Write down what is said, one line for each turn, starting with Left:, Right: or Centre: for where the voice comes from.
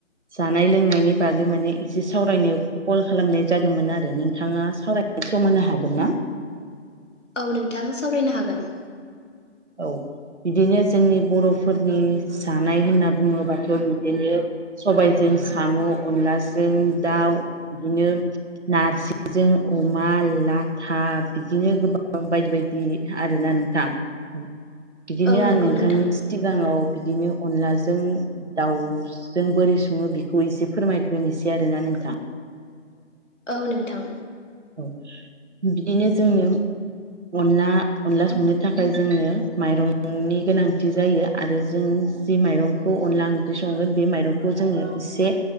Right: जानाय लोंनायनि बागै माने एसे सावरायनो कल खालामनाय जादोंमोन आरो नोंथाङा सावरायनाय सम होनो हागोन ना
Left: औ नोंथां सावरायनो हागोन
Right: औ बिदिनो जोंनि बर'फोरनि जानाय होनना बुङोबाथ' बिदिनो सबायजों साम' अनलाजों दाउ बिदिनो नारजिजों अमा लाथा बिदिनो गोबां बायदि बायदि बि आरोना नोंथां बिदिनो
Left: औ
Right: आं
Left: नंगौ
Right: नोंथांनि
Left: नोंथां
Right: सिगाङाव बिदिनो अनलाजों दाउजों बोरै सङो बेखौ एसे फोरमायग्रोनोसै आरोना नोंथां
Left: औ नोंथां
Right: औ बिदिनो जोंनो अनला अनला संनो थाखाय जोंनो माइरंनि गोनांथि जायो आरो जों जि माइरंखौ अनला ओंख्रि संगोन बे माइरंखौ जोङो एसे